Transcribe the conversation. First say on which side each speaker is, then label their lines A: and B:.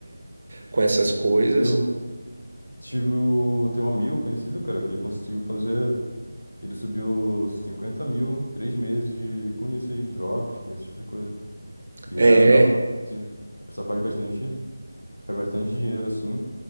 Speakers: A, on the right (about 50°); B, on the left (about 80°).
A: com essas coisas.
B: Eu tive. o- Tem um amigo conhecido, cara, que ele conseguiu fazer. Ele subiu 50 mil em três meses de, com isso aí, drops, esse tipo de coisa. E
A: É,
B: é legal. Se- A pessoa faz bastante, faz bastante dinheiro assim,